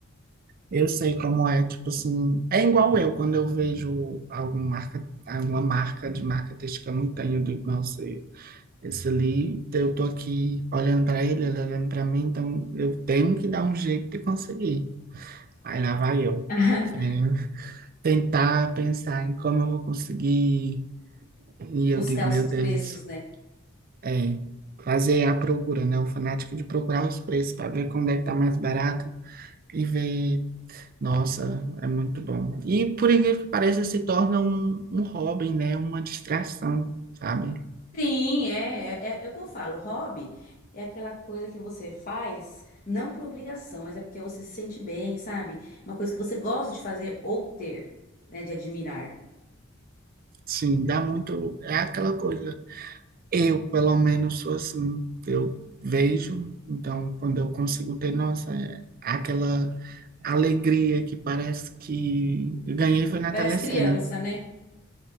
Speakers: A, on the right; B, on the left.
A: Eu sei como é, tipo assim, é igual eu quando eu vejo algum marca, alguma marca de marca textil que eu não tenho, eu digo, nossa, esse ali, eu tô aqui olhando para ele, ele tá olhando para mim, então eu tenho que dar um jeito de conseguir. Aí lá vai eu,
B: <laughs>
A: é, tentar pensar em como eu vou conseguir, e
B: Buscar
A: eu digo,
B: os
A: meu
B: preços,
A: Deus,
B: né?
A: é, fazer a procura, né? O fanático de procurar os preços para ver quando é que tá mais barato e ver Nossa, é muito bom. E por incrível que pareça, se torna um, um hobby, né? Uma distração, sabe?
B: Sim, é, é, é é o que eu falo. Hobby é aquela coisa que você faz, não por obrigação, mas é porque você se sente bem, sabe? Uma coisa que você gosta de fazer ou ter, né? De admirar.
A: Sim, dá muito. É aquela coisa. Eu, pelo menos, sou assim. Eu vejo, então, quando eu consigo ter, nossa, é aquela alegria que parece que eu ganhei foi na
B: Parece
A: telecena.
B: criança, né?